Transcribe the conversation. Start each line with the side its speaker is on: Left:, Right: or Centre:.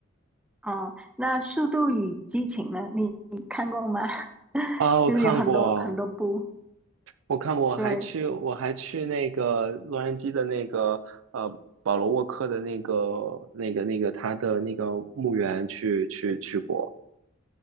Centre: 哦，那《速度与激情》呢？你你看过吗？<laughs>
Right: 啊，我看过，
Centre: 就是有很多很多部，
Right: 我看过，我还去，
Centre: 对，
Right: 我还去那个洛杉矶的那个呃保罗沃克的那个那个那个他的那个墓园去去去过。